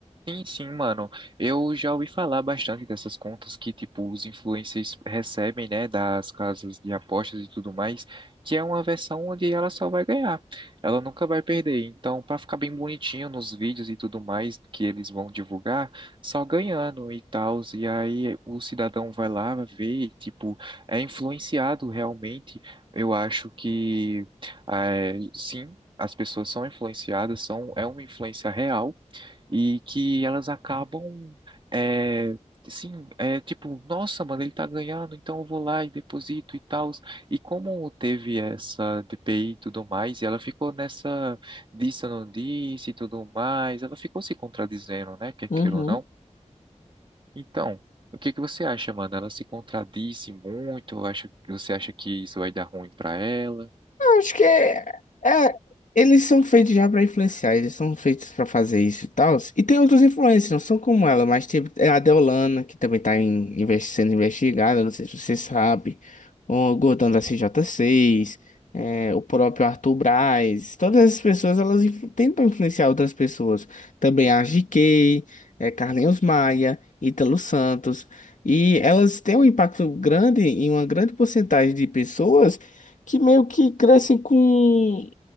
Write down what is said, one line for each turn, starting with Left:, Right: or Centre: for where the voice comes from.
Right: Sim, sim, mano. Eu já ouvi falar bastante dessas contas que, tipo, os influencers recebem, né, das casas de apostas e tudo mais, que é uma versão onde ela só vai ganhar. Ela nunca vai perder. Então, pra ficar bem bonitinho nos vídeos e tudo mais que eles vão divulgar, só ganhando e tal. E aí o cidadão vai lá, vê, e, tipo, é influenciado realmente. Eu acho que, eh, sim. As pessoas são influenciadas, são, é uma influência real, e que elas acabam, é, sim, é tipo, nossa, mano, ele tá ganhando, então eu vou lá e deposito e tal. E como teve essa DPI e tudo mais, e ela ficou nessa disse, eu não disse e tudo mais, ela ficou se contradizendo, né, quer
Left: Uhum.
Right: queira ou não. Então, o que que você acha, mano? Ela se contradisse muito? Acha, você acha que isso vai dar ruim pra ela?
Left: Eu acho que é, é- eles são feitos já pra influenciar, eles são feitos pra fazer isso e tal. E tem outros influencers, não são como ela, mas tipo, é a Deolana, que também tá em- investi- sendo investigada, não sei se você sabe. O Gordão da CJ6, é, o próprio Arthur Braz, todas essas pessoas elas influ- tentam influenciar outras pessoas. Também a GK, é, Carlinhos Maia, Ítalo Santos. E elas têm um impacto grande em uma grande porcentagem de pessoas que meio que crescem com.